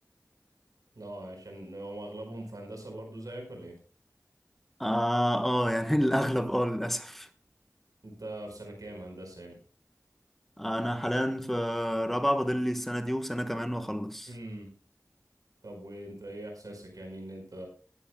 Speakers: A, on the right; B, in the centre.
A: اه عشان هو اغلبهم في هندسة برضو زيك ولا ايه
B: آه, آه يعني <laughs> الأغلب آه للأسف
A: انت في سنة كام هندسة يعني
B: أنا حاليا في رابعة فاضل لي السنة دي وسنة كمان وأخلص
A: امم طب وانت ايه احساسك يعني ان انت